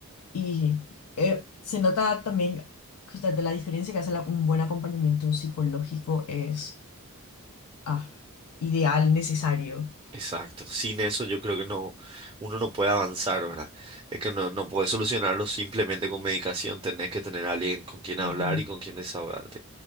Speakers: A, on the left (about 85°); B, on the right (about 20°).
A: y eh, se nota también justamente la diferencia que hace la- un buen acompañamiento psicológico es ah, ideal, necesario.
B: exacto. Sin eso yo creo que no, uno no puede avanzar, ¿verdad? Es que no, no puedes solucionarlo simplemente con medicación, tenés que tener a alguien con quien
A: Ujú.
B: hablar y con quien desahogarte.